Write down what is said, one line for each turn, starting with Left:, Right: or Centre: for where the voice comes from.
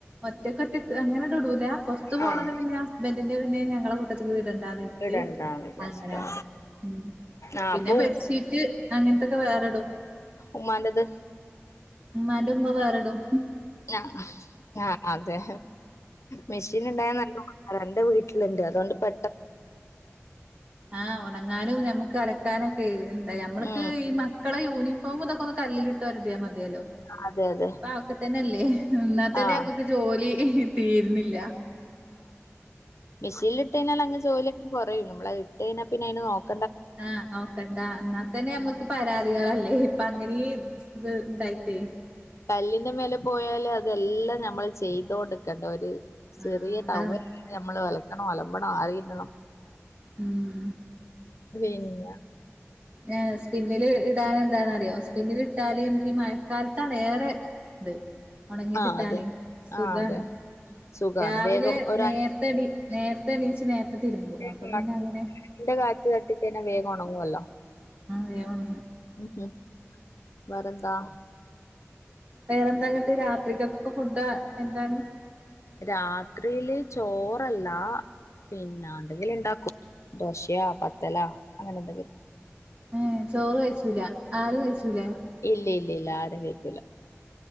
Right: ഒറ്റക്കോറ്റക്ക് അങ്ങനെ ത്ടൂല പൊർത്ത്പോണത്
Left: ആഹ്
Right: പിന്നെ ഹസ്ബെന്റിന്റെ പിന്നെ ഞങ്ങളെ കൂട്ടത്തില് ഇടെ ട്ടാനിട്ട്
Left: ഇടണ്ടാന്ന് വിചാരിച്ചിട്ടാ
Right: അങ്ങനാട്ടും ഉം
Left: ആഹ്
Right: പിന്നെ
Left: അപ്പൊ
Right: ബെഡ്ഷീറ്റ് അങ്ങൻത്തൊക്കെ വേറെടും
Left: ഉമ്മാന്റത്
Right: ഉമ്മാന്റെ ഉമ്മ വേറെ ടും
Left: ആ ആ ആ അതെ മെഷീ നിണ്ടായ നല്ല <unintelligible> എന്റെ വീട്ടില് അതൊണ്ട് പെ
Right: ആ ഒണങ്ങാനും നമ്മു കലക്കാനൊക്കെ എന്താ നമ്മൾക്ക്
Left: ഉം
Right: ഈ മ ക്കളെ യൂണിഫോ മിതൊക്കൊന്ന് കല്ലിലിട്ട് ഒര്ത്യാമതി യെല്ലോ
Left: അതെ അതെ
Right: ഇപ്പൊ അതൊക്കെ തന്നെ <unintelligible> എന്നാ ത്തന്നെ
Left: ആഹ്
Right: അമ്മക്ക് ജോലി തീരിണില്ല
Left: മെഷേനിലിട്ട് കഴിഞ്ഞാൽ അങ്ങ് ജോലി അങ്ങ് കുറയും നമ്മളെ <unintelligible>
Right: ആ നോക്കണ്ടാ എന്നാ തന്നെ ഞമ്മക്ക് പരാതികളല്ലേ അങ്ങനെ ഇത് ഇണ്ടായിട്ടേ
Left: കല്ലിന്റെ മേലെ പോയാല് അതെല്ലാം ഞമ്മള് ചെയതോണ്ട്ക്കണ്ടെ ഒര് ചെറിയ
Right: ആഹ് അതാണ്
Left: ടൗവല് ന് വരെ നമ്മള് വെ കണം അലമ്പണം ആറിയിടണം
Right: ഉം
Left: പിന്ന
Right: ഏ സ്പിന്നില് ഇടാനെ എന്താന്നറിയോ സ്പിന്നിൽ ഇട്ടാല് ഞമക്ക് ഈ മഴക്കാലത്താണ് ഏറെ ഇത് ഒണങ്ങി
Left: ആ
Right: കിട്ടാനേ
Left: അതെ
Right: സുഖാണ്
Left: ആ അതെ സുഖാണ്
Right: രാവിലെ
Left: വേഗം ഒരു
Right: നേര്ത്തെ
Left: അഞ്ച്
Right: ണി നേരത്തെ എണീ ച്ച് നേരത്തെ തിരുമ്പും
Left: ഫാനിന്റെ
Right: പിന്നെ അങ്ങനെ
Left: കാറ്റ് തട്ടി കഴിഞ്ഞാ വേഗം ഉണങ്ങുവല്ലോ
Right: വേ ഒൺ
Left: ഉം ഹും വെറെന്താ
Right: വേറെ എന്താ ഇങ്ങട്ട് രാത്രിക്ക് ഇപ്പൊ ഫുഡാ എന്താണ്
Left: രാത്രിയില് ചോറല്ല പിന്നെ എന്താങ്കിലും ഉണ്ടാക്കും ദോശ യാ പത്തലാ അങ്ങനെ എന്തെങ്കിലും
Right: ഏഹ് ചോറ് കഴിച്ചൂല ആരും കഴിച്ചൂലേ
Left: ഇല്ലില്ല ഇല്ല ആരും കഴിക്കൂല്ല